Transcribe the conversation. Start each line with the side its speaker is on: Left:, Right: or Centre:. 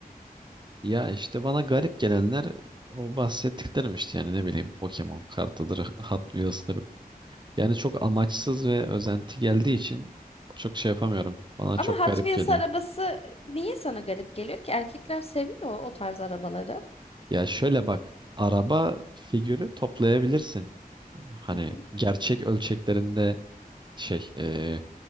Right: Ya işte bana garip gelenler o bahsettiklerim işte yani ne bileyim Pokemon kartıdır, Hot Wheels'tır, Yani çok amaçsız ve özenti geldiği için çok şey yapamıyorum. Bana
Left: Ama
Right: çok
Left: Hot
Right: garip
Left: Wheels
Right: geliyor.
Left: arabası niye sana garip geliyor ki? Erkekler seviyor o tarz arabaları.
Right: Ya şöyle bak, araba figürü toplayabilirsin. Hani
Left: Hı hı.
Right: gerçek ölçeklerinde şey, e,